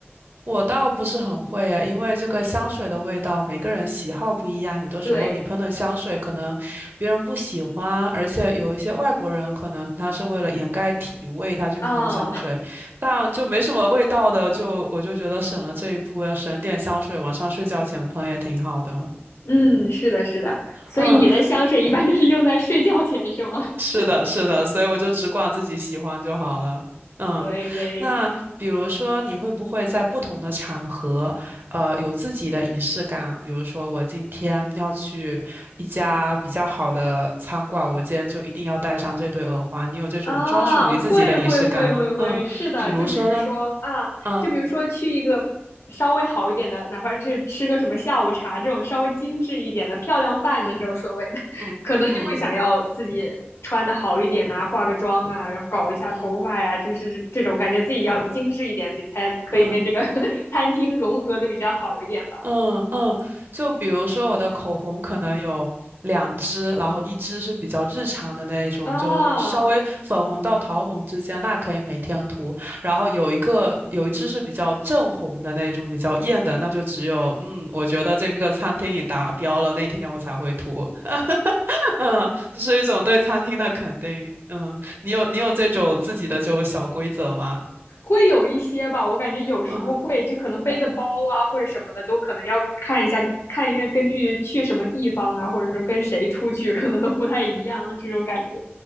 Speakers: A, on the right; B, on the left.
A: 我倒不是很会耶，因为这个香水的味道，每个人喜好不一样。有的时候你喷的香水可能别人不喜欢，
B: 对，
A: 而且有一些外国人可能他是为了掩盖体味，他去喷香水，
B: 啊。
A: 但就没什么味道的，就我就觉得省了这一步，要省点香水，晚上睡觉前喷也挺好的。
B: 嗯，是的，是的，所以你的香水一般都是用在睡觉前是吗？
A: 嗯，
B: <laughs>
A: 是的，是的，所以我就只管自己喜欢就好了。嗯，
B: 可以，可以
A: 那比如说，你会不会在不同的场合，呃，有自己的仪式感？比如说，我今天要去一家比较好的餐馆，我今天就一定要带上这对耳环。你有这种专属于自己的仪式感吗？
B: 啊，会会会会会，
A: 嗯，
B: 是的，
A: 比如说呢？
B: 就比如说啊，
A: 嗯
B: 就比如说去一个稍微好一点的，哪怕是吃个什么下午茶这种稍微精致一点的漂亮饭的时候，
A: 嗯
B: 所谓的，<laughs>
A: 嗯嗯嗯
B: 可能就会想要自己穿的好一点呐、化个妆啊，然后搞一下头发呀、
A: 嗯嗯。
B: 就是这种感觉自己要精致一点，比才可以跟这个
A: 嗯
B: <laughs> 餐厅融合的比较好一点吧。
A: 嗯嗯，就比如说我的口红可能有两支，然后一支是比较日常的那种，
B: 啊，
A: 就稍微粉红到桃红之间，那可以每天涂。然后有一个有一支是比较正红的那种，比较艳的，那就只有嗯，我觉得这个餐厅里达标了，那天我才会涂。<laughs> 嗯，是一种对餐厅的肯定。嗯，你有你有这种自己的就小规则吗？
B: 会有一些吧，我感觉有时候会，
A: 嗯。
B: 就可能背的包啊或者什么的，都可能要看一下，看一下根据去什么地方啊，或者说跟谁出去，可能都不太一样这种感觉